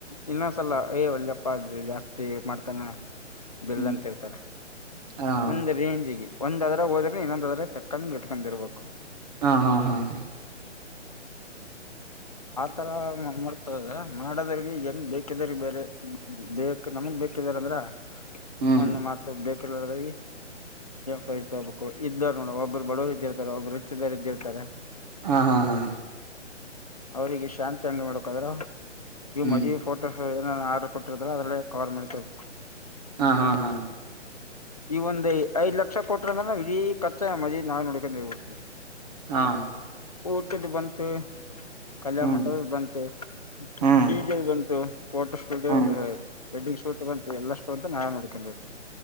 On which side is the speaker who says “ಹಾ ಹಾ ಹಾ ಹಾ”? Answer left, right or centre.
Right